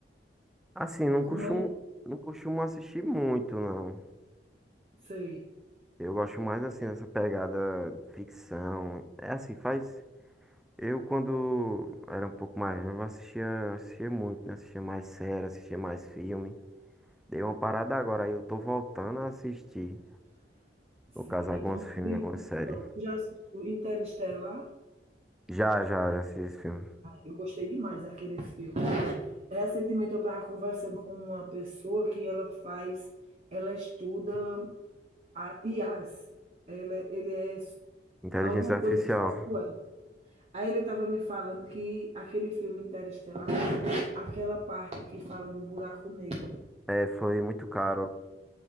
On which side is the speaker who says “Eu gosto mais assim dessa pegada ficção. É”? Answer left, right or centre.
Centre